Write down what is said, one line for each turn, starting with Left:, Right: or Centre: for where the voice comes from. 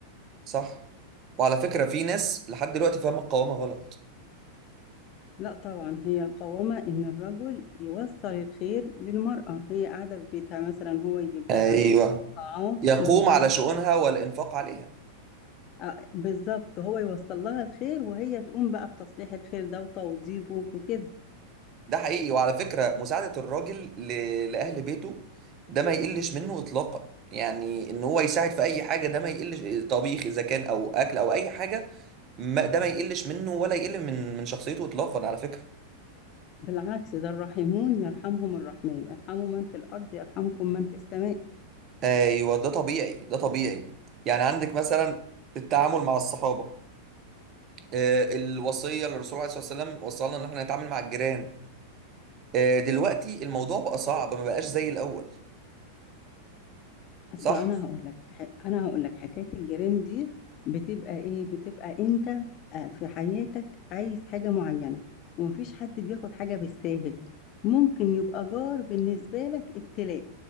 Right: صح وعلى فكرة في ناس لحد دلوقتي فاهمة القوامة غلط
Left: لا طبعا هي القوامة إن الرجل يوصل الخير للمرأة هي قاعدة في بيتها مثلا هو يجيب لها
Right: ايوه
Left: طعام
Right: يقوم
Left: يجيب لها
Right: على شؤونها والانفاق عليها
Left: آه، بالظبط هو يوصل لها الخير وهي تقوم بقى بتصليح الخير ده وتوضيبه وكده
Right: ده حقيقي وعلى فكرة مساعدة الراجل ل... لأهل بيته ده ما يقلش منه إطلاقا يعني إن هو يساعد في أي حاجة ده ما يقلش طبيخ إذا كان أو أكل أو أي حاجة ما... ده ما يقلش منه ولا يقل من من شخصيته إطلاقا على فكرة
Left: بالعكس ده الراحمون يرحمهم الرحمن ارحموا من في الأرض يرحمكم من في السماء
Right: ايوه ده طبيعي ده طبيعي يعني عندك مثلا التعامل مع الصحابة آه، الوصيه اللي الرسول عليه الصلاه والسلام وصلنا ان احنا نتعامل مع الجيران آه، دلوقتي الموضوع بقى صعب ما بقاش زي الاول
Left: اصل
Right: صح
Left: انا هقول لك انا هقول لك حكايه الجيران دي بتبقى ايه بتبقى انت آه، في حياتك عايز حاجه معينه ومفيش حد بياخد حاجه بالساهل ممكن يبقى جار بالنسبه لك ابتلاء